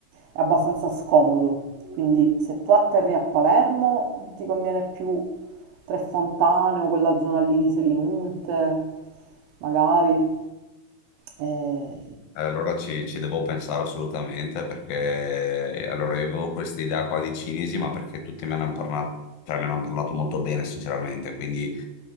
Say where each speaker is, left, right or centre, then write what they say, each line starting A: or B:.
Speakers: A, on the right; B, on the left.
A: è abbastanza scomodo. Quindi se tu atterri a Palermo ti conviene più Tre Fontane o quella zona lì di Selinunte, magari. Eh,
B: Eh, Allora ci, ci devo pensare assolutamente perché eh, allora io avevo questa idea qua di cinesi, ma perché tutti me ne hanno parlato, cioè me ne hanno parlato molto bene, sinceramente, quindi